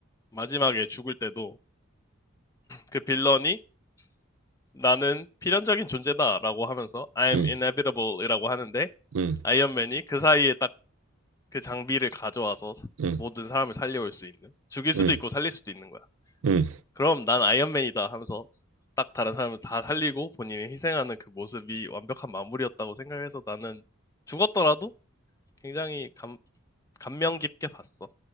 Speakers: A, on the left; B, on the right.
A: 마지막에 죽을 때도 그 빌런이 나는 필연적인 존재다라고 하면서 I'm
B: 응,
A: inevitable이라고 하는데
B: 응,
A: 아이언맨이 그 사이에 딱 그 장비를 가져와서
B: 응,
A: 모든 사람을 살려올 수 있는 죽일 수도
B: 응,
A: 있고 살릴 수도 있는 거야.
B: 응.
A: 그럼 난 아이언맨이다 하면서 딱 다른 사람을 다 살리고 본인이 희생하는 그 모습이 완벽한 마무리였다고 생각해서 나는 죽었더라도 굉장히 감, 감명 깊게 봤어.